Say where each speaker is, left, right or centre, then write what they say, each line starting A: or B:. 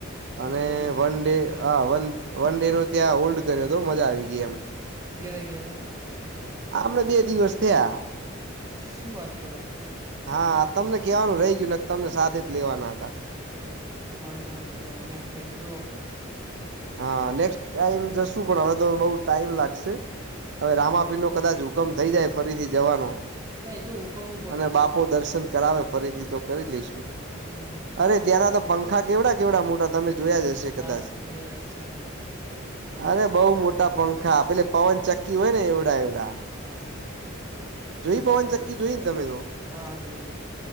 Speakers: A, on the right (about 55°); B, on the right (about 15°).
A: અને
B: બઉ
A: વન ડે
B: ભીડ
A: હા વન વન ડે નો ત્યાં હોલ્ડ કર્યો તો મજા આવી ગઈ એમ
B: ક્યારે ગયા તા
A: આપડે બે દિવસ થયા
B: શું વાત કરો છો
A: હા તમને કેવાનું રહી ગયું ને તમને સાથે જ લેવાના હતા
B: હમ્મ વાંધો નઈ ચલો અવે નેક્સ્ટ ટાઈમ તો
A: હા નેક્સ્ટ ટાઈમ જસ શું પણ હવે તો બહુ ટાઈમ લાગશે હવે રામાપીર નો કદાચ હુકમ થઈ જાય ફરીથી જવાનો
B: એ તો હુકમ ઉપર
A: અને
B: જ
A: બાપો
B: છે
A: દર્શન કરાવે ફરીથી તો કરી લઈશું
B: હમ
A: અરે ત્યાંના તો પંખા કેવડા કેવડા મોટા તમે
B: હમ
A: જોયા જ હશે કદાચ
B: હા જોયેલા જ છે મે
A: અરે બઉ મોટા પંખા પેલે પવન ચક્કી હોય ને એવડા એ
B: હા
A: જોઈ
B: એવડા
A: પવન
B: પંખ
A: ચક્કી જોઈને તમે તો
B: હા હા જોઈ જોઈ